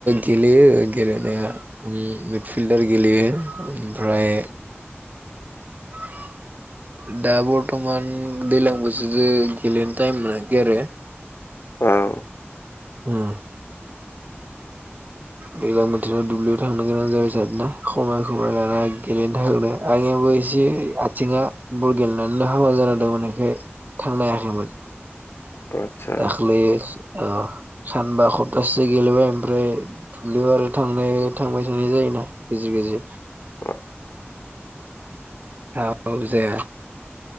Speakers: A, on the right; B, on the left.
A: गेलेयो गेलेनाया उम मिडफिल्डार गेलेयो। ओमफ्राय <inaudible> दा बरथमान दैज्लां बोसोर ज गेलेनो टाइम मोनाखै आरो
B: औ
A: उम दैज्लां बोथोराव दुब्लियाव थांनो गोनां जाबाय आरोना सम खौ लाना गेलेनो थाखायनो आंयाबो एसे आथिङा बल गेलेनानैनो हाबा जान जादोंमोन बेखाय थांनो हायाखैमोन
B: आदसा
A: दाख्लै अ सानबा सप्तासेसो गेलेबाय ओमफ्राय थुब्लियाव आरो थां थांबाय थानाय जायो <unintelligible> गेजेर गेजेर
B: औ
A: औ जाया